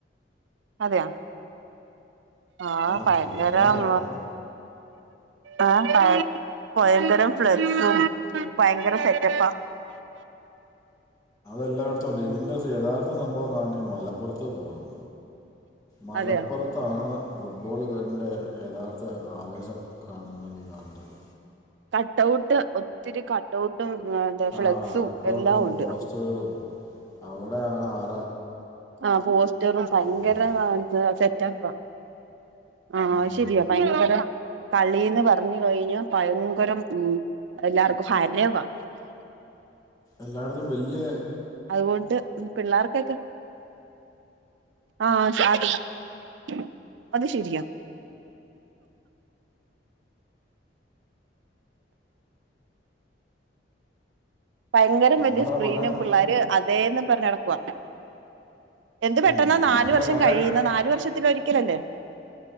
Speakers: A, on the right; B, on the left.
A: അതെയ ആഹ
B: ആഹ്
A: പയങ്കരം
B: കഴിഞ്ഞുന്നാ പറയണ
A: ആ ഭയങ്കരം ഫ്ലക്സും ഭയങ്കര സെറ്റപ്പാ
B: എല്ലായിടത്തും ഉണ്ട് ഇതിന്റെ യഥാർത്ഥ സംഭവം കാണ മലപ്പുറത്ത് പോകണം മലപ്പുറത്താണ്
A: അതെയോ
B: ഫുട്ബോളൾ കാളിന്റെ യഥാർത്ഥ ആവേശം കാണുന്നെങ്കിൽ കാണേണ്ടത്
A: കട്ട്ഔട്ട് ഒത്തിരി കട്ട്ഔട്ട് ഉം ഫ്ലെക്സും
B: ആ കട്ടൗട്ടും
A: എല്ലാം ഉണ്ട്
B: പോസ്റ്ററുകളും അവിടെയാണ് ആ
A: ആഹ പോസ്റ്ററും ഭയങ്കര
B: ഒരു സംഭവം
A: സെറ്റപ്പാ ആഹ
B: ഉം.
A: ശരിയ ഭയങ്കക്ക കളിന്ന് പറഞ്ഞു കഴിഞ്ഞ ഭയങ്കരം ഉം എല്ലാർക്കും ഹരവ <unintelligible>
B: എല്ലായിടത്തും വല്യ
A: അതുകൊണ്ട് പിള്ളേർക്കൊക്കെ ആഹ <inaudible> അത് ശെരിയാ ഭയങ്കരം
B: നമ്മുടെ
A: വല്യ സ്ക്രീന്
B: മകൻ
A: പിള്ളോര് അതേന്ന് പറഞ്ഞഞ് നടടക്കവാ എന്ത് പെട്ടെന്ന
B: ഉം,
A: നാലു
B: നമ്മുടെ
A: വർഷം
B: മകൻ
A: കഴിയുന്നെ നാലു വർഷത്തില ഒരിക്കലല്ലേ